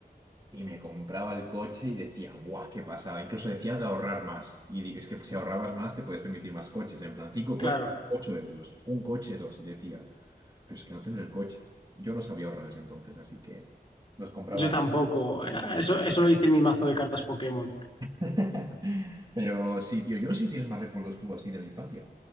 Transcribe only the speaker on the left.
Claro,
yo tampoco. Eh, Eso, eso lo dice mi mazo de cartas Pokémon.